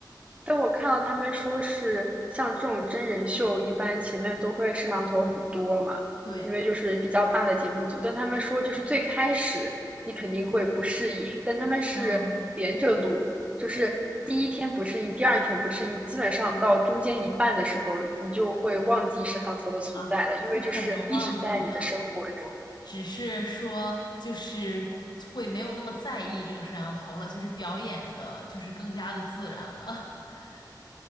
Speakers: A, on the right; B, on the left.
A: 但我看到他们说是像这种真人秀，一般前面都会摄像头很多嘛，
B: 对，
A: 因为就是比较大的节目组。但他们说就是最开始你肯定会不适应，但他们是连着录，
B: 嗯
A: 就是第一天不适应，第二天不适应，基本上到中间一半的时候，你就会忘记摄像头的存在了，
B: 啊，
A: 因为就是一直在你的生活中
B: 不可能忘记的。只是说就是会没有那么在意这个摄像头了，就是表演的，就是更加的自然了。<laughs>